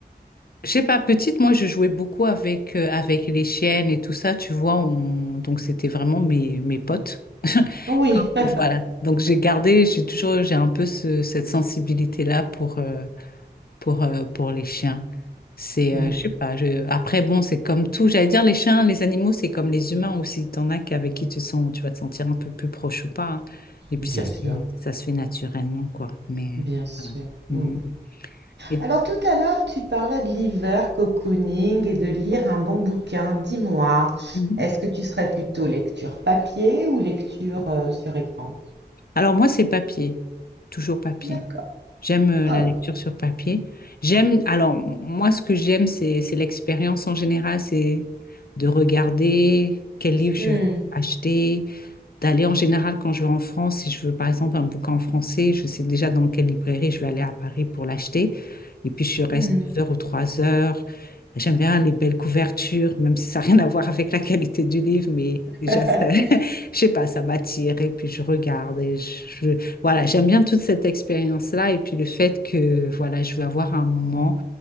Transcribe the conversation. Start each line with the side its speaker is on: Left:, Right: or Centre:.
Left: je sais pas, petite, moi, je jouais beaucoup avec, euh, avec les chiennes et tout ça, tu vois. on- Donc, c'était vraiment mes, mes potes. <laughs>
Right: Oui. <laughs>
Left: Voilà. Donc, j'ai gardé, j'ai toujours, j'ai un peu ce- cette sensibilité-là pour, euh, pour, euh, pour les chiens. C'est,
Right: Hmm.
Left: euh, je sais pas, je... après, bon, c'est comme tout. J'allais dire, les chiens, les animaux, c'est comme les humains aussi. T'en as qu'avec qui tu sens, tu vas te sentir un peu plus proche ou pas. hein. Et puis,
Right: Bien
Left: ça se
Right: sûr,
Left: fait, ça se fait naturellement, quoi. Mais
Right: bien sûr.
Left: voilà. Mhm.
Right: Hmm.
Left: Et-
Right: Alors tout à l'heure, tu parlais de liver cocooning et de lire un bon bouquin. Dis-moi,
Left: Mhm.
Right: est-ce que tu serais plutôt lecture papier ou lecture euh, sur écran?
Left: Alors, moi, c'est papier. Toujours papier.
Right: D'accord.
Left: J'aime euh,
Right: Ah
Left: la lecture sur papier. J'aime, alors, moi, ce que j'aime, c'est, c'est l'expérience en général, c'est de regarder quel livre je
Right: oui.
Left: vais acheter d'aller en général quand je vais en France, si je veux par exemple un bouquin en français, je sais déjà dans quelle librairie je vais aller à Paris pour l'acheter. Et puis je reste
Right: Hmm, hmm.
Left: deux heures ou trois heures. J'aime bien les belles couvertures, même si ça n'a rien à voir avec la qualité du livre, mais déjà,
Right: <laughs>
Left: ça- <laughs> je sais pas, ça m'attire et puis je regarde et je, je- voilà, j'aime bien toute cette expérience-là et puis le fait que voilà, je vais avoir un moment